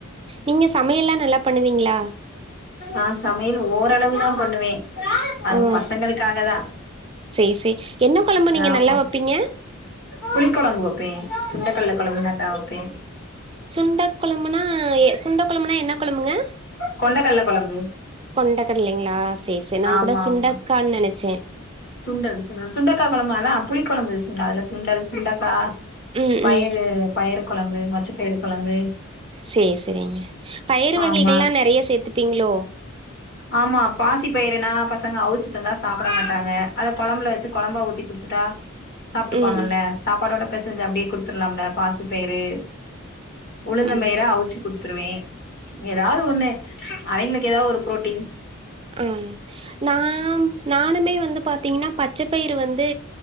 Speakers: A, on the right (about 25°); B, on the left (about 50°).
A: நீங்க சமயெல்லா நல்லா பண்ணுவீங்ளா
B: ஆ சமையல் ஓரளவுதா பண்ணுவே அதுவு
A: ஓ
B: பசங்களுக்காக தா
A: சேரி சேரி என்ன கொழம்பு நீங்க
B: ஆமா
A: நல்லா வப்பீங்க
B: புளிக் கொழம்பு வப்பே சுண்டக்கல்ல கொழம்பு நல்லா வப்பே
A: சுண்ட கொழம்புனா சுண்ட கொழம்புனா என்ன கொழம்புங்க
B: கொண்ட கல்ல கொழம்பு
A: கொண்டக்கடலைங்களா செரி செரி நா
B: ஆமா
A: கூட சுண்டக்கான்னு
B: ஆமா
A: நெனச்சே
B: சுண்டல் சுண்டல் சுண்டக்கா கொழம்பு அதா புளி கொழம்பு சுண்டல் அதுல சுண்டல் சுண்டக்கா
A: ம்
B: பயறு
A: ம்
B: பயறு கொழம்பு மொச்சப்பயறு கொழம்பு
A: செரி செரிங்க பயரு வகைகல்லா
B: ஆமா
A: நெறய சேத்துப்பீங்களோ
B: ஆமா பாசி பயிருனா பசங்க அவுச்சி தந்தா சாப்ட மாட்டாங்க அத கொழம்புல வச்சு கொழம்பா ஊத்தி குடுத்துட்டா சாப்ட்டுப்பாங்கல்ல
A: ம்
B: சாப்பாடோட பெசெஞ்சு அப்டியே குடுத்துர்லாம்ல பாசி பயரு உழுந்த
A: ம்
B: பயிர அவுச்சு குடுத்துருவே ஏதாவது ஒண்ணு அவங்களுக்கு ஏதாவது ஒரு பு்ரோட்டீன்
A: ஆ நா நானுமே வந்து பாத்தீங்கன்னா பச்சப்பயிறு வந்து